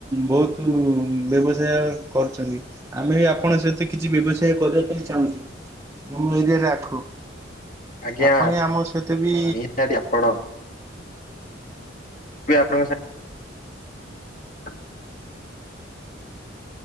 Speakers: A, on the right; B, on the left.
A: ବହୁତ ବ୍ୟବସାୟ କରୁଛନ୍ତି। ଆମେ ଆପଣଙ୍କ ସହିତ କିଛି ବ୍ୟବସାୟ କରିବା ପାଇଁ ଚାହୁଁଛୁ? ଆମ ଏରିଆରେ ଆଖୁ
B: ଆଜ୍ଞା
A: ଆପଣ ଆମ ସହିତ ବି
B: ନିହାତି ଆପଣ ମୁଁ ବି ଆପଣଙ୍କ <inaudible>